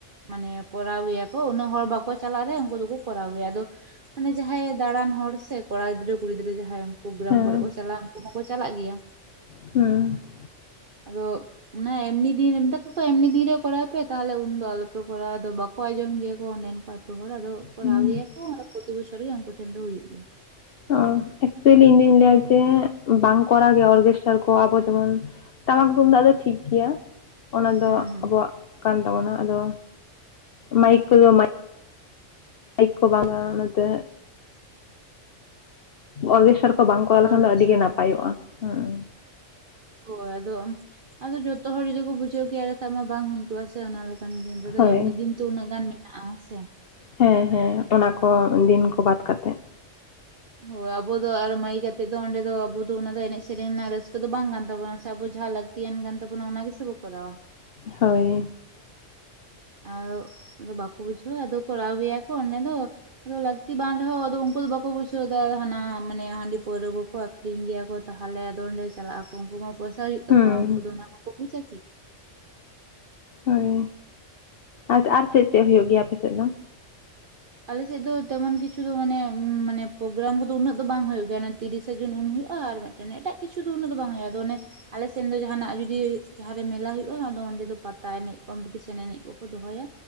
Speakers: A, on the right; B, on the left.
A: ᱢᱟᱱᱮ ᱠᱚᱨᱟᱣ ᱜᱮᱭᱟ ᱠᱚ, ᱩᱱᱟᱹᱜ ᱦᱚᱲ ᱵᱟᱠᱚ ᱪᱟᱞᱟᱜ ᱨᱮ, ᱩᱱᱠᱩ ᱫᱚᱠᱚ, ᱠᱚᱨᱟᱣ ᱜᱮᱭᱟ, ᱟᱫᱚ ᱚᱱᱮ ᱡᱟᱦᱟᱸᱭ ᱫᱟᱬᱟᱱ ᱦᱚᱲ ᱥᱮ, ᱠᱚᱲᱟ ᱜᱤᱫᱽᱨᱟᱹ ᱠᱩᱲᱤ ᱜᱤᱫᱽᱨᱟᱹ ᱡᱟᱦᱟᱸᱭ ᱯᱨᱳᱜᱨᱟᱢ
B: ᱦᱮᱸ
A: ᱠᱚᱨᱮ ᱠᱚ, ᱪᱟᱞᱟᱜᱼᱟ, ᱩᱱᱠᱩ ᱢᱟᱠᱚ, ᱪᱟᱞᱟᱜ ᱜᱮᱭᱟ ᱾
B: ᱦᱮᱸᱻ ᱾
A: ᱟᱫᱚ, ᱚᱱᱟ ᱮᱢᱱᱤ ᱫᱤᱱ, ᱢᱮᱛᱟ ᱠᱚ, ᱮᱢᱱᱤ ᱫᱤᱱ ᱠᱚᱨᱟᱣ ᱯᱮ, ᱛᱟᱦᱚᱞᱮ ᱩᱱᱫᱚ, ᱟᱞᱚᱯᱮ ᱠᱚᱨᱟᱣᱟ ᱾ ᱟᱫᱚ, ᱵᱟᱠᱚ ᱟᱸᱡᱚᱢ ᱜᱮᱭᱟ, ᱠᱚ ᱚᱸᱰᱮᱱ ᱠᱚ, ᱟᱻᱟᱹᱛᱩ ᱦᱚᱲ ᱟᱫᱚ, ᱠᱚᱨᱟᱣ
B: ᱦᱩᱸ
A: ᱜᱮᱭᱟ ᱠᱚ ᱯᱨᱚᱛᱤ ᱵᱚᱪᱷᱚᱨ ᱜᱮ, ᱩᱱᱠᱩ ᱴᱷᱮᱱ ᱫᱚ, ᱦᱩᱭᱩᱜ ᱜᱮᱭᱟ ᱾
B: ᱚᱻ ᱮᱠᱪᱩᱭᱮᱞᱤ ᱤᱧ ᱫᱩᱧ ᱞᱟᱹᱭᱟ, ᱡᱮ ᱵᱟᱝ ᱠᱚᱨᱟᱣ ᱜᱮ, ᱚᱨᱜᱮᱥᱴᱟᱨ ᱠᱚ, ᱟᱵᱚ ᱡᱮᱢᱚᱱ ᱴᱟᱢᱟᱠ ᱛᱩᱢᱫᱟᱜ ᱫᱚ, ᱴᱷᱤᱠ ᱜᱮᱭᱟ ᱾ ᱚᱱᱟ ᱫᱚ,
A: ᱦᱩᱸ ᱦᱩᱸ
B: ᱟᱵᱚᱣᱟᱜ ᱠᱟᱱ ᱛᱟᱵᱚᱱᱟ, ᱟᱫᱚ ᱢᱟᱭᱤᱠ ᱠᱚᱫᱚ ᱢᱟᱭᱤᱠ ᱠᱚ, ᱵᱟᱝᱟ ᱾ ᱚᱱᱟ ᱚᱛᱮ ᱚᱨᱜᱮᱥᱟᱨ ᱵᱟᱝ ᱠᱚ ᱚᱞ ᱟᱠᱟᱱ
A: ᱚᱨᱜᱮᱥᱴᱟᱨ
B: ᱫᱚ, ᱟᱹᱰᱤ ᱜᱮ ᱱᱟᱯᱟᱭᱚᱜᱼᱟ, ᱦᱚᱸᱻ ᱾
A: ᱦᱳᱭ, ᱟᱫᱚ ᱟᱢ, ᱟᱫᱚ, ᱡᱚᱛᱚ ᱦᱚᱲ ᱡᱩᱫᱤ, ᱠᱚ ᱵᱩᱡᱷᱟᱹᱣ ᱠᱮᱭᱟ, ᱤᱱᱟᱠᱷᱟᱱ ᱢᱟ, ᱵᱟᱝ ᱦᱩᱭ ᱦᱚᱭ ᱥᱮ, ᱚᱱᱟ ᱞᱮᱠᱟᱱ ᱫᱤᱱ ᱨᱮᱫᱚ,
B: ᱦᱳᱭ
A: ᱮᱢᱱᱤ ᱫᱤᱱ ᱛᱮ, ᱩᱱᱟᱹᱜ ᱜᱟᱱ ᱢᱮᱱᱟᱜᱼᱟ ᱾ ᱥᱮ
B: ᱦᱮᱸᱻᱦᱮᱸᱻ ᱚᱱᱟ ᱠᱚ ᱫᱤᱱ ᱠᱚ, ᱵᱟᱫᱽ ᱠᱟᱛᱮᱫ
A: ᱦᱚᱭ ᱟᱵᱚ ᱫᱚ ᱟᱨ ᱢᱟᱭᱤᱠ ᱟᱛᱮᱜ ᱫᱚ ᱚᱸᱰᱮ ᱫᱚ ᱟᱵᱚ ᱫᱚ ᱚᱱᱟ ᱫᱚ ᱮᱱᱮᱡ ᱥᱮᱨᱮᱧ ᱨᱮᱱᱟᱜ ᱨᱟᱹᱥᱠᱟᱹ ᱫᱚ ᱵᱟᱝ ᱠᱟᱱ ᱛᱟᱵᱚᱱᱟ ᱥᱮ ᱟᱵᱚ ᱡᱟᱦᱟᱸ ᱞᱟᱹᱠ ᱛᱤᱭᱟᱱ ᱠᱟᱱ ᱛᱟᱵᱚᱱᱟ ᱚᱱᱟ ᱜᱮᱥᱮ ᱵᱚ ᱠᱚᱨᱟᱣᱟ ᱾
B: ᱦᱚᱭ ᱾
A: ᱟᱨ ᱚᱱᱟ ᱫᱚ ᱵᱟᱠᱚ ᱵᱩᱡᱷᱟᱹᱣᱟ ᱟᱫᱚ ᱠᱚᱨᱟᱣ ᱜᱮᱭᱟ ᱠᱚ ᱚᱸᱰᱮ ᱫᱚ ᱟᱫᱚ ᱞᱟᱹᱠᱛᱤ ᱵᱟᱝ ᱨᱮᱦᱚᱸ ᱩᱱᱠᱩ ᱫᱚ ᱵᱟᱠᱚ ᱵᱩᱡᱷᱟᱹᱣ ᱫᱟ ᱦᱟᱱᱟ ᱢᱟᱱᱮ ᱦᱟᱺᱰᱤ ᱯᱟᱹᱣᱨᱟᱹ ᱠᱚᱠᱚ ᱟᱹᱠᱷ ᱨᱤᱧ ᱜᱮᱭᱟ ᱠᱚ ᱛᱟᱦᱚᱞᱮ ᱟᱫᱚ ᱚᱸᱰᱮ ᱪᱟᱞᱟᱜ ᱟᱠᱚ ᱩᱱᱠᱩ ᱢᱟ ᱯᱚᱭᱥᱟ ᱦᱩᱭᱩᱜ ᱛᱟᱠᱚᱣᱟ
B: ᱦᱩᱸ
A: ᱩᱱᱠᱩ ᱫᱚ ᱚᱱᱟ ᱠᱚᱠᱚ ᱵᱩᱡᱟ ᱠᱤ?
B: ᱦᱚᱭ ᱟᱨ ᱟᱨ ᱪᱮᱫ ᱪᱮᱫ ᱦᱩᱭᱩᱜ ᱜᱮᱭᱟ ᱟᱯᱮ ᱥᱮᱫ ᱫᱚ?
A: ᱟᱞᱮᱥᱮᱫ ᱫᱚ ᱛᱮᱢᱚᱱ ᱠᱤᱪᱷᱩ ᱫᱚ ᱢᱟᱱᱮ ᱢᱟᱱᱮ ᱯᱨᱳᱜᱨᱟᱢ ᱠᱚᱫᱚ ᱩᱱᱟᱹᱜ ᱫᱚ ᱵᱟᱝ ᱦᱩᱭᱩᱜ ᱜᱮᱭᱟ ᱾ ᱛᱤᱨᱤᱥᱮ ᱡᱩᱱ ᱩᱱ ᱦᱩᱭᱩᱜᱼᱟ ᱟᱨ ᱢᱤᱫᱴᱮᱱ ᱮᱴᱟᱜ ᱠᱤᱪᱷᱩ ᱩᱱᱟᱹᱜ ᱫᱚ ᱵᱟᱝ ᱦᱩᱭᱩᱜᱼᱟ ᱟᱫᱚ ᱚᱱᱮ ᱟᱞᱮ ᱥᱮᱱ ᱫᱚ ᱡᱟᱦᱟᱱᱟᱜ ᱡᱩᱫᱤ ᱡᱟᱦᱟᱸᱨᱮ ᱢᱮᱞᱟ ᱦᱩᱭᱩᱜᱼᱟ ᱾ ᱟᱫᱚ ᱚᱸᱰᱮ ᱫᱚ ᱯᱟᱛᱟ ᱮᱱᱮᱡ ᱠᱚᱢᱯᱤᱴᱤᱥᱮᱱ ᱮᱱᱮᱡ ᱠᱚ ᱠᱚ ᱫᱚᱦᱚᱭᱟ